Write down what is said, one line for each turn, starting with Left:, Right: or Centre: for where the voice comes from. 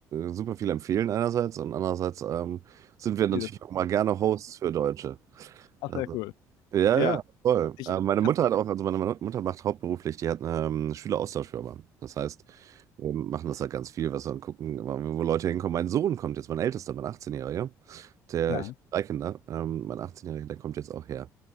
Right: super viel empfehlen einerseits und andererseits ähm, sind wir natürlich
Left: Ziel-
Right: auch mal gerne Hosts für Deutsche.
Left: Ach,
Right: Also,
Left: sehr cool.
Right: ja,
Left: Ja,
Right: ja, voll.
Left: ich,
Right: Äh, meine Mutter
Left: tats-
Right: hat auch, also meine Mu- Mutter macht hauptberuflich, die hat eine ähm, Schüleraustauschfirma. Das heißt, wir machen das halt ganz viel, was wir dann gucken, immer, wo Leute hinkommen. Mein Sohn kommt jetzt, mein Ältester, mein 18-Jähriger, der,
Left: ja,
Right: ich habe drei Kinder, ähm, mein 18-Jähriger, der kommt jetzt auch her